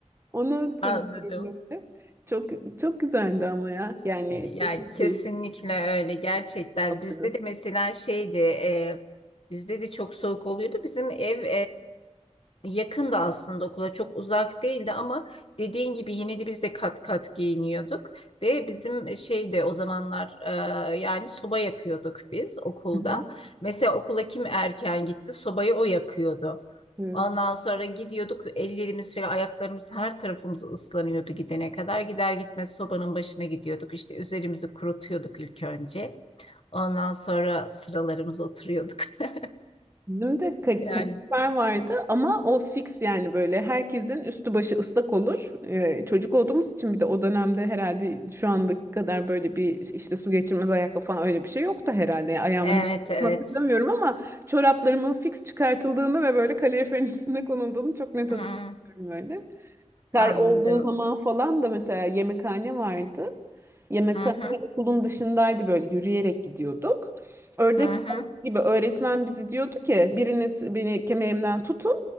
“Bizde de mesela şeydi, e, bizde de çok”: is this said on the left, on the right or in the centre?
Left